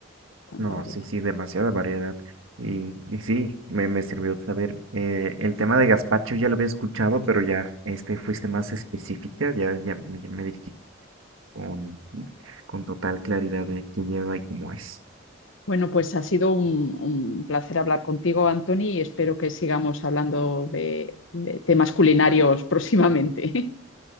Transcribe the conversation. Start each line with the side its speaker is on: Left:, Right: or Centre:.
Left: tanta
Right: No,
Left: variedad.
Right: sí, sí, demasiada variedad. Y, y sí, me, me sirvió saber. Eh, el tema de gazpacho ya lo había escuchado, pero ya este fuiste más específica, ya, ya, me- ya me dijiste. con, con total claridad de qué lleva y cómo es.
Left: Bueno, pues ha sido un, un placer hablar contigo, Anthony, y espero que sigamos hablando de de temas culinarios próximamente.